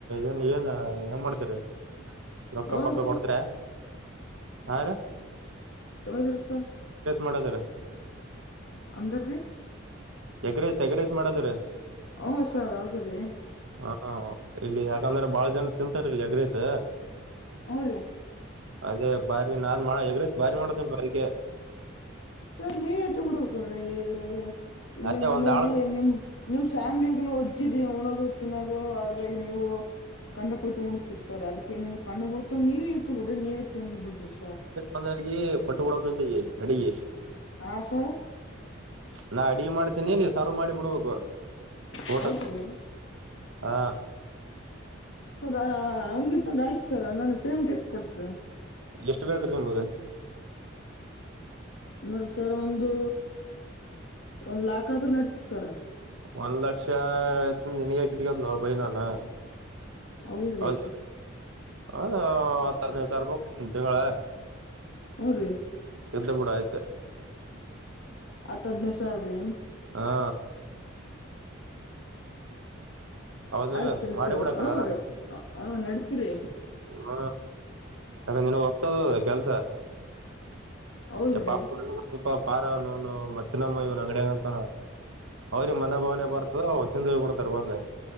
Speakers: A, on the right (about 85°); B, on the left (about 65°).
A: ಏನ್ ಏನ್ ಹೆಂಗ್ ಮಾಡ್ತರಿ ರೊಕ್ಕ
B: ಯಾವಾಗ
A: ಪಕ್ಕ
B: ಸರ್
A: ಕೊಡ್ತ್ರೆ ಹ ರೀ
B: ಯಾವಾಗ ಇರುತ್ತೆ ಸರ್
A: ಮಾಡದ್ರ
B: ಅಂದ್ರ ರೀ
A: ಎಗ್ರೈಸ್ ಎಗ್ರೈಸ್ ಮಾಡದ್ರಿ
B: ಹೂ ಸರ್ ಹೌದ್ರೀ
A: ಹಾ ಇಲ್ಲಿ ಯಾಕಂದ್ರೆ ಬಹಳ ಜನ ತಿಂತಾರ ಇಲ್ಲಿ ಎಗ್ರೈಸ್
B: ಹೂರೀ
A: ಅದೇ ಬಾರಿ ನಾನ್ ಮಾ ಎಗ್ರೈಸ್ ಬಾರಿ ಮಾಡ್ತೇನಲ್ಲ ಅದಕ್ಕೆ
B: ಸರ್ ನೀವಿಟ್ಟು ಬಿಡ್ಬೇಕಲ್ರೀ ಈ ಇಲ್ಲಿ
A: ಅದೇ
B: ಮನೇಲಿ
A: ಒಂದ್ ಆಳ್
B: ನಿಮ್ ನಿಮ್ ಫ್ಯಾಮಿಲಿಗುನು ಒಜ್ಜಿರಿ ಉಣೋದು ತಿನ್ನೋದು ಅದ್ರಾಗ ನೀವು ಕಂಡಪಟ್ಟೆ ಉಣ್ತಿರಿ ಸರ್ ಅದಕ್ಕೇ ನಿಮ್ ಕಣ್ಣು ಬಿಳ್ತ್ ನೀವೇ ಇಟ್ಟು ಬಿಡ್ರಿ ನೀವೇ ತಿಂದು ಬಿಡ್ರಿ ಸರ್
A: ಒಂದೊಂದಾಗಿ ಕೊಟ್ಟಬಿಡಕ ಅಂತ ಈ ಅಡಿಗೆ
B: ಅ-ಹಾ ಸ
A: ನಾ ಅಡಿಗೆ ಮಾಡ್ತೇನಿ ನೀ ಸರ್ವ್ ಮಾಡಿ ಬಿಡ್ಬೇಕು
B: ಹೌದ್ರಿ
A: ಊಟಕ್ ಹಾ
B: ಸರ್ ಹಂಗಿತ್ತಂದ್ರೆ ಆಯ್ತು ಸರ್ ನನ್ ಪೇಮೆಂಟ್ ಎಷ್ಟ್ ಕೊಡ್ತರ
A: ಎಷ್ಟು ಬೇಕ ರೀ ನಿಮ್ಗೆ
B: ನೋಡ ಸರ್ ಒಂದು ಒಂದ್ ಲಾಖ ಆದ್ರ ನಡತ್ ಸರ್
A: ಒಂದ್ ಲಕ್ಷ ಆಯತ ನಿನಗ ಕಿಟ್ಕದ ನವು ಬೈ ನಾನ
B: ಹೌದ್ರಿ
A: ಹೌದ ಹ ಹದನೈದು ಸಾವರ ಜಂಗಳ
B: ಊ ರೀ
A: ಎದ್ದು ಬಿೂಡು ಆಯ್ತೆ
B: ಅತಡ್ನ ಸಾವ ರೀ
A: ಹಾ ಹೌದಲ್ಲ
B: ಆಯ್ತ್ರಿ
A: ಮಾಡಿಬಿಡ
B: ಸರ್
A: ಆ
B: ಹ
A: ಕಡೆ ಆರಾಮ್
B: ರೀ ಹ ನಡಪಿರಿ
A: ಹ್ಮ ಯಾಕ ನಿನಗ್ ಹೋಗ್ತದ ಕೆಲ್ಸ
B: ಹೌದ್ರಿ
A: ಯ ಪಾ ಪಾ ಪಾರ ಅವನನು ಮ್ನಮ್ಮ ಇವನ್ ಅಂಗಡಿಯಗಂತ ಅವ್ರಿಗೆ ಮನ ಭಾವನೆ ಬರ್ತದ ಚಂದ ಕೊಡ್ತಾರೆ ಬಂದೆ